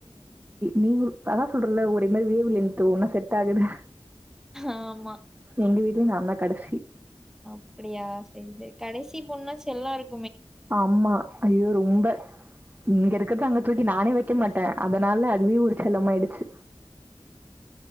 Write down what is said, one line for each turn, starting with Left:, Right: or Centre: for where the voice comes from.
Right: நீங்களும் அதான் சொல்றேன்ல ஒரே மாதிரி வேவ்லென்த் ஒரே து
Centre: ஆமா.
Right: எங்க வீட்டு நான்தான் கடைசி
Centre: அப்புடியா செரி செரி கடைசி பொண்ணா செல்லம் இருக்கும்
Right: ஆமா ஐயோ ரொம்ப இங்க இருக்கறத அங்க தூக்கி நானே வைக்க மாட்டேன் அதனால அதுவே ஒரு செல்லமாயிடுச்சு